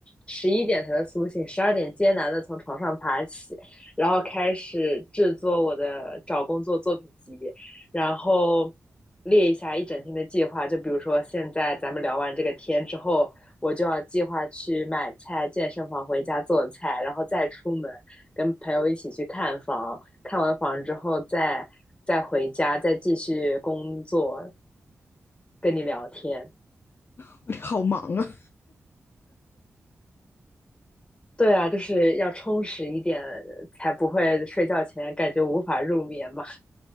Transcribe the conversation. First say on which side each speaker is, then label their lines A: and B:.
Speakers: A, on the left; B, on the left.
A: 十一点才能苏醒，十二点艰难的从床上爬起，然后开始制作我的找工作作品集，然后列一下一整天的计划。就比如说现在咱们聊完这个天之后。我就要计划去买菜、健身房回家做菜，然后再出门跟朋友一起去看房，看完房之后再再回家，再继续工作，跟你聊天。
B: <laughs> 好忙啊！
A: 对啊，就是要充实一点，才不会睡觉前感觉无法入眠嘛。